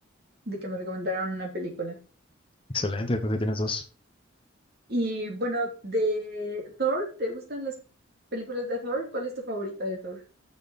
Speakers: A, on the right (about 50°); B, on the left (about 25°).
A: de que me recomendaran una película.
B: Excelente, pues ahí tienes dos.
A: Y bueno, de Thor, ¿te gustan las películas de Thor? ¿Cuál es tu favorita de Thor?